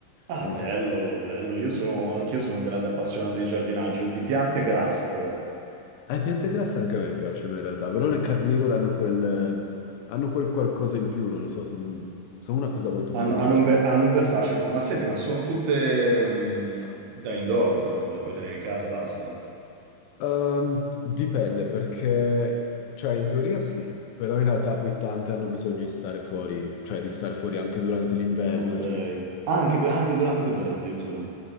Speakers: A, on the right; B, on the left.
A: Ah,
B: E mi
A: bello,
B: sono
A: bello. Io sono, anch'io sono un grande appassionato di giardinaggio, di piante grasse però.
B: Eh, piante grasse anche a me piacciono in realtà, però le carnivore hanno quel, hanno quel qualcosa in più, non lo so, sono una cosa molto
A: Hanno,
B: particolare.
A: hanno un be- hanno un bel fascino. Ma senti, ma sono tutte mm, da indoor però, le puoi tenere in casa e basta.
B: Ehm, dipende perché, cioè in teoria sì, però in realtà poi tante hanno bisogno di stare fuori, cioè di stare fuori anche durante l'inverno
A: Ok.
B: e tutto.
A: Ah, Anche, anche durante l'inverno addirittura.